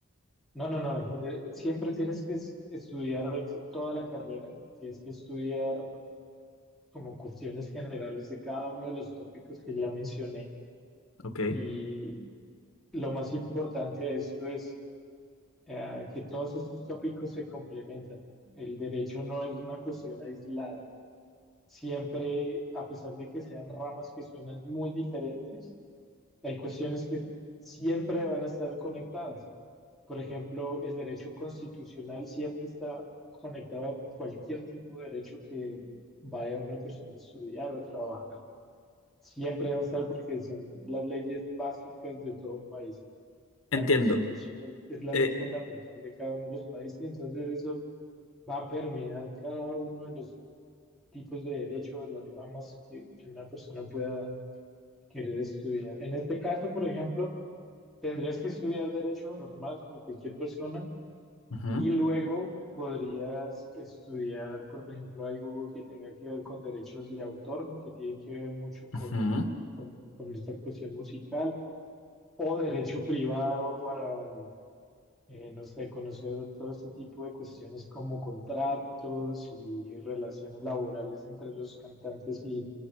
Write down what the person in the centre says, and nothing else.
No, no, no, en general, siempre tienes que es- estudiar ex- toda la carrera, tienes que estudiar como cuestiones generales de cada uno de los tópicos que ya mencioné.
Y lo más importante de esto es eh, que todos estos tópicos se complementan. El derecho no es una cuestión aislada. Siempre, a pesar de que sean ramas que suenan muy diferentes, hay cuestiones que siempre van a estar conectadas. Por ejemplo, el derecho constitucional siempre está conectado a cualquier tipo de derecho que vaya una persona a estudiar o a trabajar. Siempre va a estar porque son las leyes básicas de todo país. La
constitución es, es la
ley fundamental de cada uno de los países, entonces eso va a permear cada uno de los tipos de derecho, de las ramas que, que una persona pueda querer estudiar. En este caso, por ejemplo, tendrías que estudiar derecho normal como cualquier persona
y luego podrías estudiar, por ejemplo, algo que tenga que ver con derechos de autor, que tiene que ver mucho con
con, con esta cuestión musical, o derecho privado para, eh, no sé, conocer todo este tipo de cuestiones como contratos y relaciones laborales entre los cantantes y